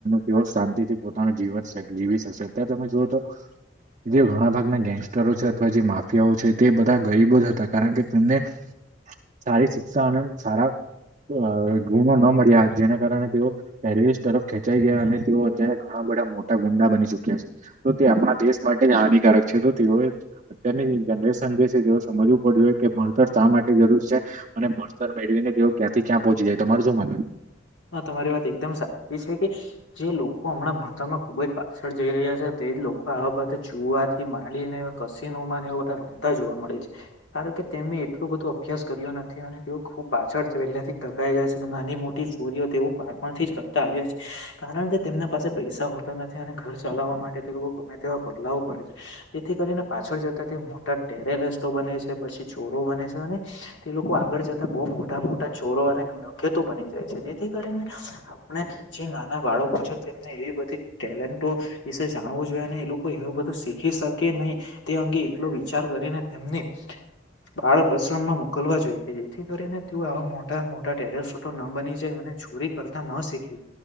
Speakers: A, on the right; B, on the left.
A: તેઓ શાંતિ થી પોતાનું જીવન <unintelligible> જીવી શકશે અત્યારે તમે જુઓ તો જે ઘણા ભાગના ગેંગસ્ટરો છે અથવા જે માફિયાઓ છે તે બધા ગરીબો જ હતા. કારણ કે તેમને સારી શિક્ષાનંદ સારા અ ગુણો ન મળ્યા જેના કારણે તેઓ ટેરિસ તરફ ખેંચાઈ ગયા અને તેઓ અત્યારે ઘણા બદા મોટા ગુંડા બની ચુક્યા છે તો તે આપણા દેશ માટે જ હાનિકારક છે તો તેઓએ અત્યની જનરેશન જે છે તેઓ સમજવું પડ હોય કે, ભણતર શા માટે જરૂર છે. અને ભણતર મેળવી ને તેઓ ક્યાંથી ક્યાં પહોંચી જાય તો તમારે શું માન
B: હા તમારી વાત એકદમ સાચી છે કે જે લોકો હમણાં ભણતરમાં ખુબ જ પાછળ જઈ રહ્યા છે એ લોકો આવા બતે જોુવાથી માંડીને કસીનોમાં રમતા જોવા મળે છે કારણ કે તેમ એટલું બધો અભ્યાસ કર્યો નથી અને તેઓ ખુબ પાછળ પેલા થી ટકાઈ ગયા છે ને નાની મોટી તેવો બાળપણથી જ કરતા આવ્યા છે કારણ કે તેમના પાસે પૈસા હોતા નથી અને ઘર ચલાવવા માટે લોકો ગમે તેવા પગલા ઓ ભરે છે જેથી કરી પાછળ જતા તે મોટા ટેરેરસ્ટો બને છે પછી ચોરો બને છે ને તે લોકો આગળ જતા બહુ મોટા મોટા ચોરો અને નખેતો બની જાય જેથી કરીને આપણે જે નાના બાળકો છ તેમને એવી બધી ટેલેન્ટો વિશે જાણવુ જોઈએ ને એ લોકો એવું બધું શીખી શકે નહી તે અંગે એટલો વિચાર કરીને તેમને બાળ પરશ્રમ માં મોકલવા જોઈએ કે જેથી કરીને તે આવા મોટા મોટા ટેરેસટો ના બની ચોરી કરતા ન શીખી